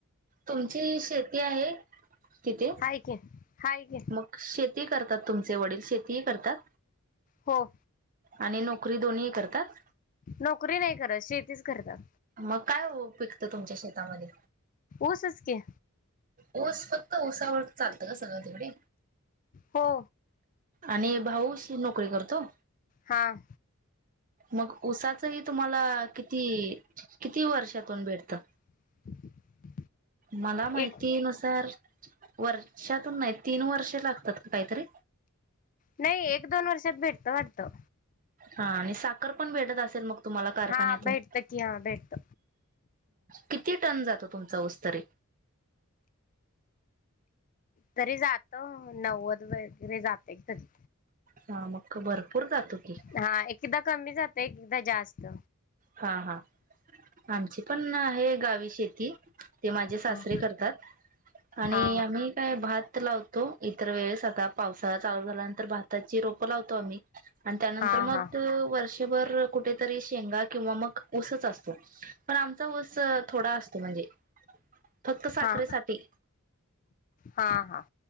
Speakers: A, on the right; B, on the left.
A: तुमची शेती आहे तिथे.
B: हाय की हाय की.
A: मग शेती करतात तुमचे वडील शेतीही करतात?
B: हो
A: आणि नोकरी दोन्ही करतात?
B: नोकरी नाही करत शेतीच करतात.
A: मग काय ओ पिकतं तुमच्या शेतामध्ये.
B: ऊसच की.
A: ऊस फक्त ऊसावरच चालतं का सगळं तिकडे?
B: हो.
A: आणि भाऊ नोकरी करतो?
B: हां.
A: मग उसाचंही तुम्हाला किती, किती वर्षातून भेटतं?
B: <inaudible>
A: मला माहिती
B: एक
A: नुसार. वर्षातून नाही तीन वर्षे लागतात का काहीतरी?
B: नाही एक, दोन वर्षात भेटतं वाटतं.
A: हा आणि साखर पण भेटत असेल मग तुम्हाला कारखान्यातून
B: हा भेटत की हा भेटत.
A: किती टन जातो तुमचा ऊस तरी
B: तरी जातो नव्वद वगैरे जातय कधीतरी
A: हा मख्ख भरपूर जातो की.
B: हा एकदा कमी जातंय एकदा जास्त.
A: हा हा. आमची पण आहे गावी शेती. ते माझे सासरे
B: हा
A: करतात. आणि
B: हा
A: आम्ही काय भात लावतो इतर वेळेस, आता पावसाळा चालू झाल्यानंतर भाताची रोपं लावतो आम्ही. आण त्यानंतर
B: हा हा
A: मग
B: हा
A: वर्षभर कुठेतरी शेंगात किंवा मग ऊसच असतो, पण आमचा ऊस अ थोडा असतो म्हणजे. फक्त साखरेसाठी.
B: हा हा हा.